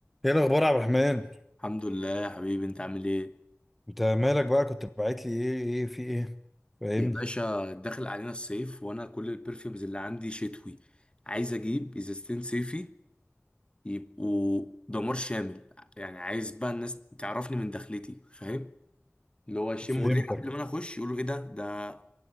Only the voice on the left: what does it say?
الحمد لله يا حبيبي انت عامل ايه
يا باشا داخل علينا الصيف وانا كل البرفيومز اللي عندي شتوي عايز اجيب ازازتين صيفي يبقوا دمار شامل يعني عايز بقى الناس تعرفني من دخلتي فاهم اللي هو يشموا
الريحه قبل ما انا اخش يقولوا ايه ده ده